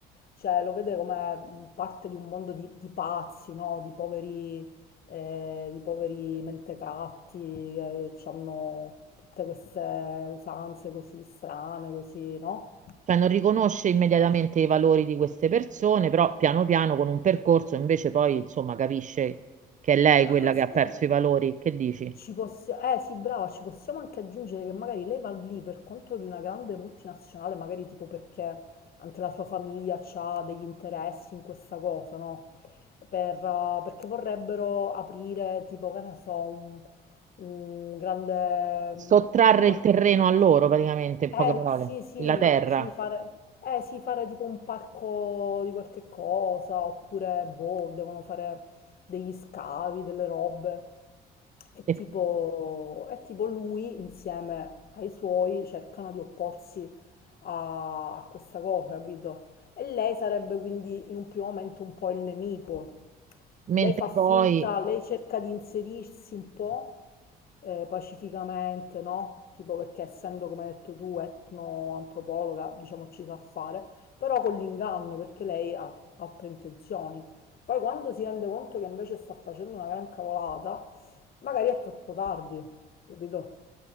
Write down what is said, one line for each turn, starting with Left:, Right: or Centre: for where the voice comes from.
Left: Cioè, lo vede come mh, parte di un mondo di, di pazzi, no? Di poveri, eh, di poveri mentecatti che hanno tutte queste usanze così strane, così, no?
Right: Cioè non riconosce immediatamente
Left: Eh,
Right: i valori di queste persone, però piano piano con un percorso invece poi insomma capisce che è lei
Left: Ah,
Right: quella che
Left: sai,
Right: ha perso i valori. Che dici?
Left: Ci possiamo, eh sì, brava, ci possiamo anche aggiungere che magari lei va lì per conto di una grande multinazionale, magari tipo perché anche la sua famiglia ha degli interessi in questa cosa, no? Per, eh, perché vorrebbero aprire tipo, che ne so, un, un grande,
Right: Sottrarre
Left: un qualche
Right: il terreno a loro praticamente, in poche
Left: eh
Right: parole,
Left: sì, sì,
Right: la terra.
Left: sì, fare, eh, sì, fare tipo un parco di qualche cosa, oppure boh, devono fare degli scavi, delle robe. E
Right: E
Left: tipo, e tipo lui insieme ai suoi cercano di opporsi a, a questa cosa, capito? E lei sarebbe quindi in un primo momento un po' il nemico.
Right: mentre
Left: Lei fa finta,
Right: poi...
Left: lei cerca di inserirsi un po' eh, pacificamente, no? Tipo perché essendo, come hai detto tu, etnoantropologa, diciamo ci sa fare, però con l'inganno perché lei ha altre intenzioni. Poi quando si rende conto che invece sta facendo una gran cavolata, magari è troppo tardi, capito?